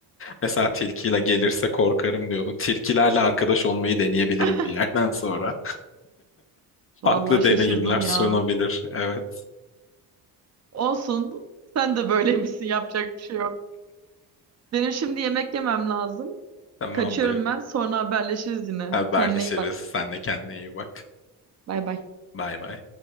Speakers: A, on the left (about 35°); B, on the right (about 40°).
A: Mesela tilkiyle gelirse korkarım diyordum. Tilkilerle arkadaş olmayı deneyebilirim
B: <laughs>
A: bir yerden sonra.
B: Vallahi
A: Farklı
B: şaşırdım
A: deneyimler sunabilir.
B: ya.
A: Evet,
B: Olsun. Sen de böyleymişsin. Yapacak bir şey yok. Benim şimdi yemek yemem lazım.
A: tamamdır.
B: Kaçıyorum ben. Sonra haberleşiriz yine.
A: Haberleşiriz.
B: Kendine iyi bak.
A: Sen de kendine iyi bak.
B: Bay bay.
A: Bay bay.